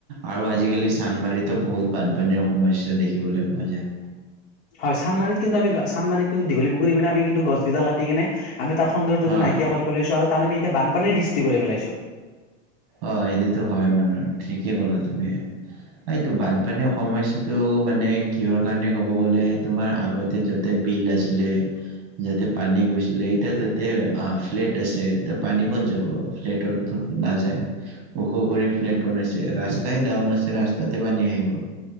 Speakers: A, on the right (about 50°); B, on the left (about 70°).
A: আৰু আজিকালি চানবাৰীতো বহুত বানপানীৰ সমস্যা দেখিবলৈ পোৱা যায়।
B: হয় চানমাৰিত কিন্তু মি চানদমাৰিত কিন্তু দীঘলীুুপুখুৰী পিনে আমি গছকিইডাল কাটি কিনে আমি তাৰ সৌন্দৰ্যটো
A: অ',
B: নাইকিয়া কৰি পেলাইছো আৰু তাত আমি এতিয়া বানপানীৰ সৃষ্টি কৰি পেলাইছো।
A: অ, সেইটোতো হয় মানে ঠিকেই ক'লা তুমি এইটো বানপানীৰ সমস্যাটো। মানে কিহৰ কাৰনে ক'ব গ'লে তুমাৰ আগতে যতে বিল আছিলে। যাতে পানী গচিলেই ত তে অ, ফ্লেট আছে তে পানী ক'ত যাব ফ্লেটততো নাযায়। ওখ কৰি ফ্লেট বনাইছে ৰাস্তাই ডাউন আছে ৰাস্তাতে পানী আহিব।